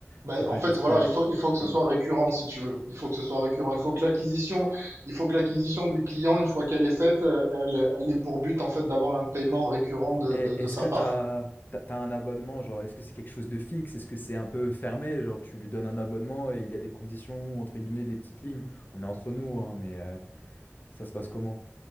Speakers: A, on the right (about 80°); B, on the left (about 40°).
A: Ben,
B: C'est pas
A: en fait,
B: juste
A: voilà,
B: un.
A: il faut, il faut que ce
B: un-
A: soit récurrent, si tu veux. Il faut que ce soit récurrent. Il faut que l'acquisition, il faut que l'acquisition du client, une fois qu'elle est faite, euh, elle, elle est pour but, en fait, d'avoir un paiement récurrent de,
B: Et-
A: de, de
B: Est-ce
A: sa
B: que
A: part.
B: t'as, t'as, t'as un abonnement, genre, est-ce que c'est quelque chose de fixe? Est-ce que c'est un peu fermé? Genre, tu lui donnes un abonnement et il y a des conditions, entre guillemets, des petites lignes. On est entre nous, hein, mais euh, ça se passe comment?